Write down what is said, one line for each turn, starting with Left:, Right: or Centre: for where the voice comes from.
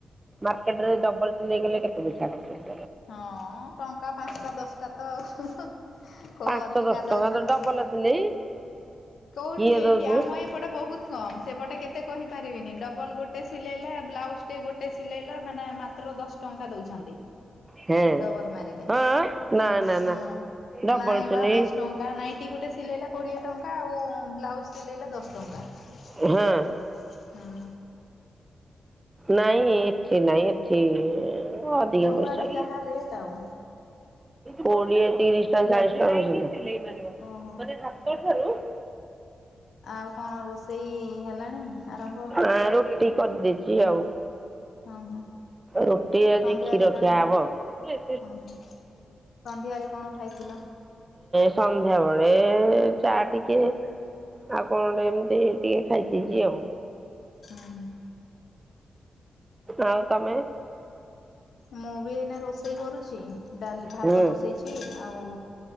Right: ମାର୍କେଟ ରେ ଡବଲ ସିଲେଇ କଲେ କେତେ ପଇସା ନାଖେ?
Left: ହଁ ଟଙ୍କା ପାଞ୍ଚଟା ଦଶଟା ତ ଆଉ। କୋଉ
Right: ପାଞ୍ଚ
Left: ଅଧିକା
Right: ଦଶ ଟଙ୍କାର
Left: ଦଉଛନ୍ତି।
Right: ଡବଲ ସିଲେଇ।
Left: କୋଉଠି
Right: କିଏ
Left: ଏଇଠି
Right: ଦଉଛି
Left: ଆମ ଏପଟେ ବହୁତ କମ। ସେପଟେ କେତେ କହିପାରିବିନି ଡବଲ ଗୋଟେ ସିଲେଇଲା ବ୍ଲାଉଜ ଟେ ଗୋଟେ ସିଲେଇଲା ମାନେ ମାତ୍ର ଦଶ ଟଙ୍କା ଦଉଛନ୍ତି।
Right: ହଁ
Left: ଡବଲ ମାରିଲେ
Right: ହଁ ନା ନା
Left: ହଁ।
Right: ନା ଡବଲ
Left: ନାଇଁ
Right: ସିଲେଇ
Left: ବା ଦଶ ଟଙ୍କା ନାଇଁଟି ଗୋଟେ ସିଲେଇଲା କୋଡିଏ ଟଙ୍କା ଙ୍କା ଆଉ ବ୍ଲାଉଜ ସିଲେଇଲେ ଦଶ ଟଙ୍କା ହୁଁ।
Right: ହଁ ନାଇଁ ଏଠି ନାଇଁ ଏଠି। <inaudible> ଓ ଅଧିକା
Left: ଯୋଉଆଡେ
Right: ପଇସା
Left: ଯାହା ରେଟ୍ ଆଉ
Right: କୋଡ଼ିଏ ତିରିଶ ଟଙ୍କା ଚାଳିଶ ଟଙ୍କା ବୋଧ ସିଲେଇ ମାରିବ
Left: ଓହୋ।
Right: ମାନେ ହାତ। <unintelligible>
Left: ଆଉ କଣ ରୋଷେଇ ହେଲାଣି ଆରମ୍ଭ?
Right: ଆଁ ରୁଟି କରିଦେଇଛି ଆଉ।
Left: ହଁ ହଁ
Right: ରୁଟି ଆଜି
Left: ସନ୍ଧ୍ୟାରେ
Right: କ୍ଷୀର
Left: କଣ
Right: ଖିଆ ହବ ଏ
Left: ହଁ ହଁ ସନ୍ଧ୍ୟାରେ କଣ ଖାଇଥିଲ?
Right: ସନ୍ଧ୍ୟାବେଳେ ଏ ଚା ଟିକେ ଆଉ କଣ ଏମିତି ଟିକେ ଖାଇଦେଇଚି ଆଉ।
Left: ହଁ ହଁ।
Right: ଆଉ ତମେ?
Left: ମୁଁ ବି ଏଇନା ରୋଷେଇ କରୁଛି। ଡାଲ ଭାତ
Right: ହୁଁ
Left: ବସେଇଛି ଆଉ